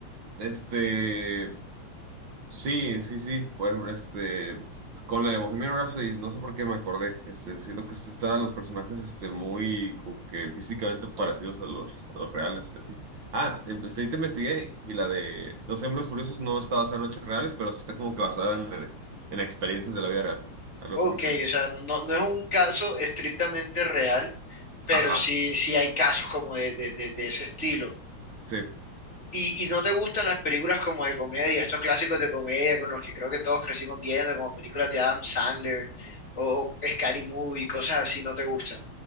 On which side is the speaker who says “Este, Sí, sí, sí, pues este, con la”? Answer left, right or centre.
Right